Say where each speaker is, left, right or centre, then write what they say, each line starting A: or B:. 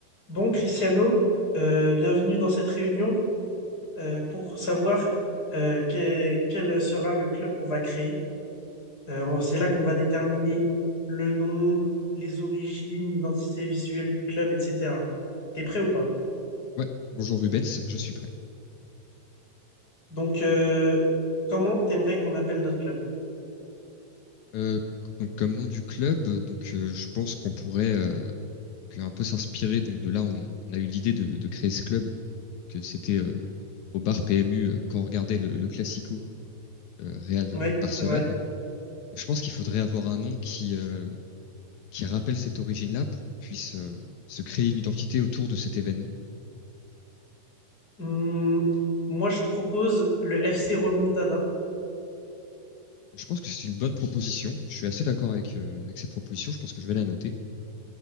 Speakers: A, on the left; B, on the left.
A: Bon, Cristiano, euh, bienvenue dans cette réunion euh, pour savoir euh, que- quel sera le club qu'on va créer. Euh, on- c'est là qu'on va déterminer le nom, les origines, l'identité visuelle du club, etc. T'es prêt ou pas?
B: Ouais, bonjour Rubens, je suis prêt.
A: Donc, euh, comment t'aimerais qu'on appelle notre club?
B: Euh, donc comme nom du club, euh, donc euh, je pense qu'on pourrait euh, que un peu s'inspirer. Donc de là, on, on a eu l'idée de, de créer ce club, que c'était euh, au bar PMU euh, quand on regardait le, le Classico euh, Real
A: Oui,
B: euh, Barcelone.
A: c'est vrai.
B: Je pense qu'il faudrait avoir un nom qui euh, qui rappelle cette origine-là pour qu'on puisse euh, se créer une identité autour de cet événement.
A: Hum, moi, je propose le FC Remontada.
B: Je pense que c'est une bonne proposition. Je suis assez d'accord avec euh, avec cette proposition. Je pense que je vais la noter.